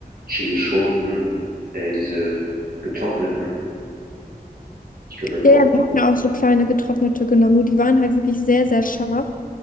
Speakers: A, on the right; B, on the left.
A: Chili-Schoten, äh, diese getrockneten. Die könnte man ja
B: Ja,
A: auch,
B: ja, wir hatten ja auch so kleine getrocknete genommen, nur die waren halt wirklich sehr, sehr scharf.